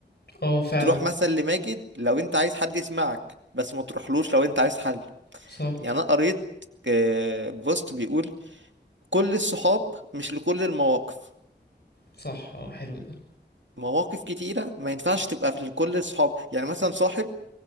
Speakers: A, on the left; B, on the right.
A: اه فعلا
B: تروح مثلا لماجد لو انت عايز حد يسمعك بس ما تروحلوش لو انت عايز حل
A: صح
B: يعني انا قريت آه، بوست بيقول كل الصحاب مش لكل المواقف
A: صح اه حلو ده
B: مواقف كتيرة ما ينفعش تبقى لكل الصحاب يعني مثلا صاحب